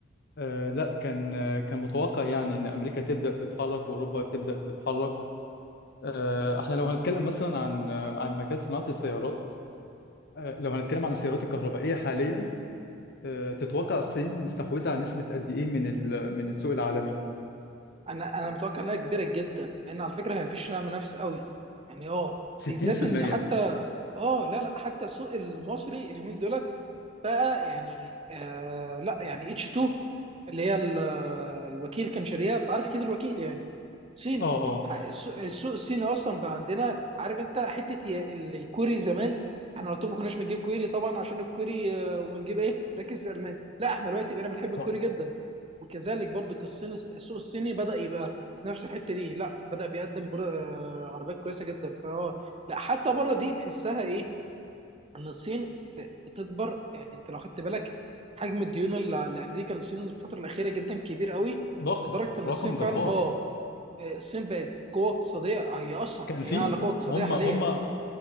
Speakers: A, on the left; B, on the right.
A: آه، لا كان آه، كان متوقع يعني ان امريكا تبدا تتحرك واوروبا تبدا تتحرك آه، احنا لو هنتكلم مثلا عن آه، عن مجال صناعة السيارات آه، لو هنتكلم عن السيارات الكهربائية حاليا آه، تتوقع الصين مستحوذة على نسبة قد ايه من ال- من السوق العالمي
B: انا انا متوقع انها كبيره جدا لان على فكره هي مفيش لها منافس قوي يعني اه
A: 60%
B: بالذات ان حتى اه لا لا حتى السوق المصري اليومين دولت بقى يعني آه لا يعني اتش 2 اللي هي ال- الوكيل كان شاريها انت عارف كده الوكيل يعني صيني
A: اه اه
B: ح- السوق السوق الصيني اصلا بقى عندنا عارف انت حته ي- الكوري زمان احنا على طول ما كناش بنجيب كوري طبعا عشان الكوري آه، ونجيب ايه ركز في المانيا لا احنا دلوقتي بقينا بنحب الكوري
A: ضخم
B: جدا وكذلك برضو الصين السوق الصيني بدا يبقى في نفس الحته دي لا بدا بيقدم بر- آه، عربيات كويسه جدا فهو لا حتى بره دي تحسها ايه ان الصين ب- بتكبر يعني انت لو خدت بالك حجم الديون اللي لامريكا للصين الفتره الاخيره جدا كبير قوي
A: ضخم.
B: لدرجه ان
A: رقم
B: الصين فعلا
A: جبار
B: اه الصين بقت قوه اقتصاديه هي اصلا
A: كان
B: هي
A: في
B: اعلى قوه اقتصاديه
A: هم
B: حاليا
A: هم